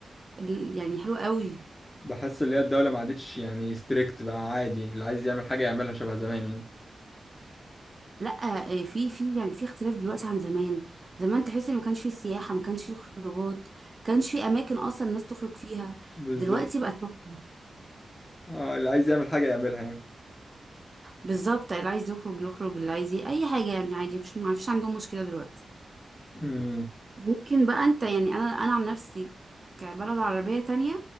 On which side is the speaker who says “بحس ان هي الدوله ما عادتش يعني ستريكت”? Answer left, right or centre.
Left